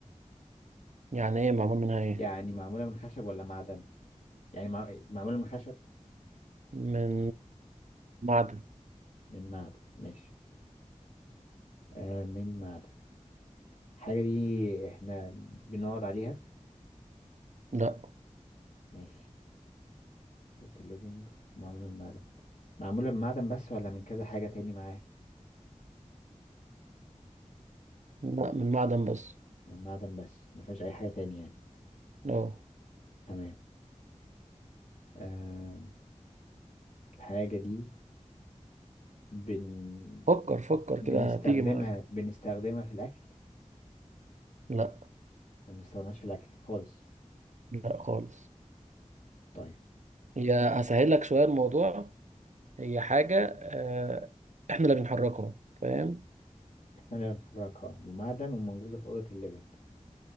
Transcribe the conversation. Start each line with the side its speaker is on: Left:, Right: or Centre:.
Right: يعني ايه معمول منها ايه
Left: يعني معمولة من خشب ولا معدن؟ يعني مع... معمولة من خشب؟
Right: من معدن
Left: من معدن ماشي آه من معدن الحاجة دي احنا بنقعد عليها
Right: لا
Left: ماشي فوت الليفينج معمولة من معدن معمولة من معدن بس ولا من كذا حاجة تاني معاها؟
Right: لا من معدن بس
Left: من معدن بس ما فيهاش أي حاجة تاني يعني
Right: اه
Left: تمام آه الحاجة دي بن...
Right: فكر فكر كده
Left: بنستخدمها
Right: هتيجي معاك
Left: بنستخدمها في الأكل؟
Right: لا
Left: ما بنستخدمهاش في الأكل خالص
Right: لا خالص
Left: طيب
Right: هي هسهل لك شوية الموضوع هي حاجة آه، احنا اللي بنحركها فاهم
Left: احنا اللي بنحركها ومعدن وموجودة في أوضة الليفينج